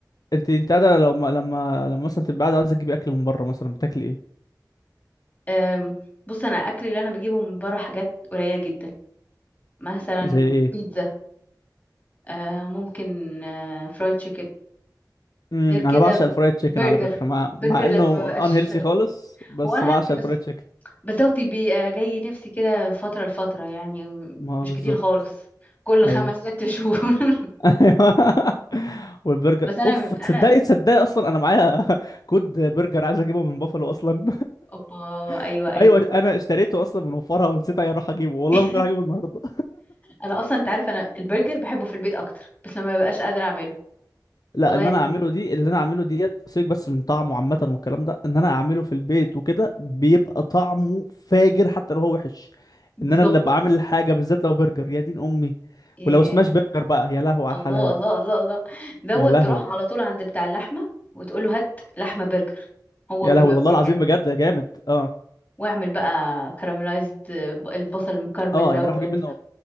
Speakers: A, on the left; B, on the left.
A: انت انت قاعده لو ما... لما لما مثلا تبقى قاعده عايزه تجيبي اكل من بره مثلا بتاكلي ايه
B: أم، بص انا الاكل اللي انا بجيبه من بره حاجات قليله جدا مثلا
A: زي ايه
B: بيتزا أه، ممكن أه، فرايد تشيكن
A: امم
B: غير كده
A: انا بعشق الفرايد تشيكن
B: برجر
A: على فكره مع
B: برجر
A: مع انه
B: لما ما بقاش
A: ان هيلسي خالص بس
B: هو انا
A: بعشق
B: هلت بس
A: الفرايد تشيكن
B: بس بيبقى جاي نفسي كده فترة لفترة يعني م-
A: ما
B: مش
A: بالظبط
B: كتير خالص كل
A: ايوه
B: خمس ست شهور <laughs>
A: ايوه <laughs> والبرجر
B: بس انا
A: اوف تصدقي
B: انا
A: تصدقي اصلا انا معايا <laughs> كود برجر عايز اجيبه من بافلو اصلا
B: اوبا ايوه
A: <laughs>
B: ايوه
A: ايوه انا اشتريته اصلا من وفرها ونسيت اروح اجيبه والله
B: <laughs>
A: ممكن اروح اجيبه النهارده
B: انا اصلا انت عارف انا البرجر بحبه في البيت اكتر بس لما ببقاش قادره اعمله
A: لا
B: والله
A: ان انا
B: انا
A: اعمله دي اللي انا اعمله ديت سيبك بس من طعمه عامه والكلام ده ان انا اعمله في البيت وكده بيبقى طعمه فاجر حتى لو هو وحش
B: بالظبط
A: ان انا اللي بعمل الحاجه بالذات لو برجر يا دين امي
B: ياه.
A: ولو سماش برجر بقى يا لهو على
B: الله
A: الحلاوه
B: الله
A: بجد.
B: الله الله دوت
A: يا لهوي
B: تروح على طول عند بتاع اللحمه وتقول له هات لحمه برجر هو
A: يا
B: بيبقى
A: لهوي والله
B: مجهز
A: العظيم بجد يا جامد اه
B: واعمل بقى كراميلايزد البصل المكرمل
A: اه
B: دوت
A: يعني اروح اجيب منه